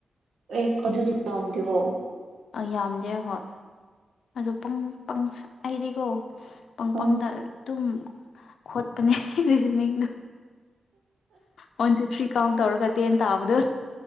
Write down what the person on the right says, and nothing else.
ꯑꯦ ꯑꯗꯨꯗꯤ ꯌꯥꯝꯗꯦꯕꯣ
ꯑꯥ